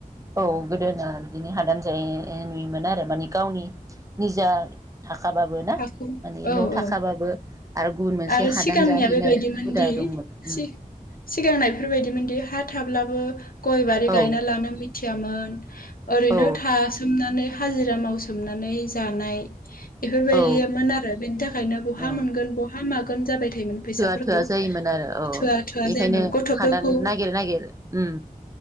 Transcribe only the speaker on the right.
औ गोदोना बिदिनो हादान जायो ओ नुयोमोन आरो माने गावनि निजा थाखाबाबो ना
माने
न' थाखाबाबो
आरो गुबुन मोनसे
हादान
जाहैनाय
हुदा दंमोन उम
औ
औ
औ
औ
थोआ थोआ जायोमोन आरो औ
बेनिखायनो
हादान नागिर नागिर उम